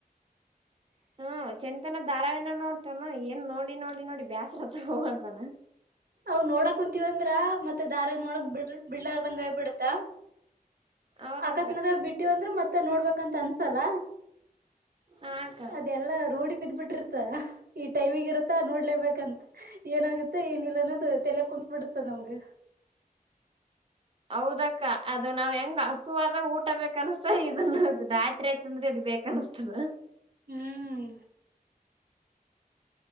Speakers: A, on the right (about 85°); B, on the right (about 35°).
A: ಹ
B: ಹ್ಮ್
A: <unintelligible>
B: ಚಂತನ ಧಾರಾವಿನ ನೋಡ್ತೇವನು ಏನ್ ನೋಡಿ ನೋಡಿ ನೋಡಿ ಬ್ಯಾಸ್ರತ್ತ ಹೋಗಂತಾನ.
A: ಅವ ನೋಡಕ್ ಕುಂತೀವಂದ್ರ ಮತ್ತೆ ದಾರ ನೋಡಕ್ ಬಿಡ್ ಬಿಡ್ಲಾರ್ದಂಗ ಆಗ ಬಿಡತ್ತ.
B: ಹೌದಕ್ಕ
A: ಅಕಸ್ಮಾತಗ ಬಿಟ್ಟಿವಂದ್ರರು ಮತ್ತೆ ನೋಡ್ಬೇಕಂತ ಅನ್ಸಲ್ಲ.
B: ಹಾಕ್ಕ
A: ಅದೆಲ್ಲಾ ರೂಢಿ ಬಿದ್ ಬಿಟ್ಟಿರ್ತ ಇ ಟೈಮಿಗೆ ಇರುತ್ತಾ ನೋಡ್ಲೇಬೇಕಂತ ಏನಾಗುತ್ತೆ ಏನಿಲ್ಲ. ಮತ್ತಲ್ಲ ಕುತ್ ಬಿಡುತ್ತ ನಮ್ಗೆ.
B: ಹೌದಕ್ಕ ಅದು ನಾವ್ ಹೆಂಗ್ ಹಸುವಾದ ಊಟ ಬೇಕನ್್ತ ಇದನ್ನ ರಾತ್ರಿ ಆಯತ ಅಂದ್ರೆ ಇದ. ಬೇಕನ್ನಿಸ್ತದೆ.
A: ಹ್ಮ್